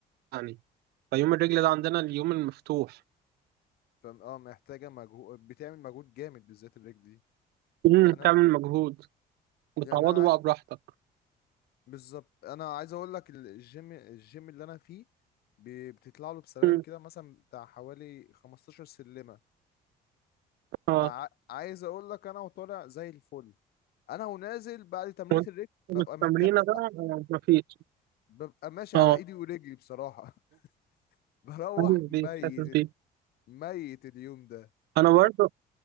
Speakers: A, on the right; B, on the left.
A: يعني فيوم الرجل ده عندنا اليوم المفتوح
B: فم اه محتاجه مجهود بتعمل مجهود جامد بالذات الرجل دي
A: مم،
B: يعني
A: تعمل
B: انا
A: مجهود بتعوضه
B: يعني انا عاي-
A: بقى براحتك
B: بالظبط انا عايز اقول لك ال- الجيم الجيم اللي انا فيه ب- بتطلع له بسلالم
A: مم.
B: كده مثلا بتاع حوالي 15 سلمه فعايز
A: اه
B: اقول لك انا وطالع زي الفل انا ونازل بعد تمرينة
A: وانت
B: الرجل
A: التمرين
B: ببقى متكسح
A: بقى آه، مفيش
B: ببقى ماشي
A: اه
B: على ايدي ورجلي بصراحه <laughs> بروح
A: حاسس
B: ميت
A: بيك حاسس بيك
B: ميت اليوم ده
A: انا برضو